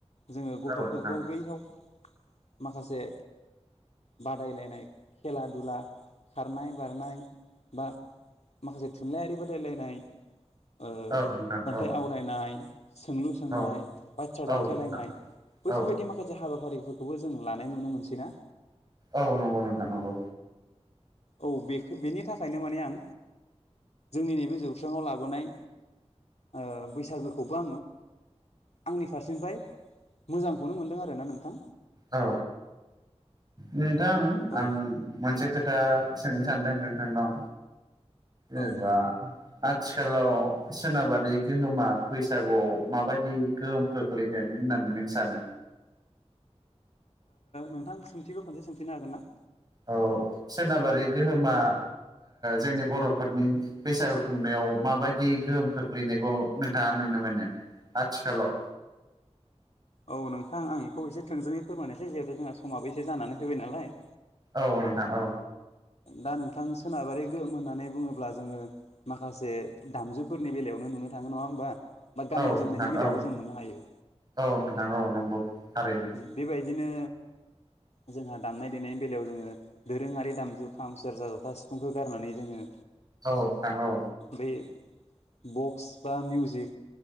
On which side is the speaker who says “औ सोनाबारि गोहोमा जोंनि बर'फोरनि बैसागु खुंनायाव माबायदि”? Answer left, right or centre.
Right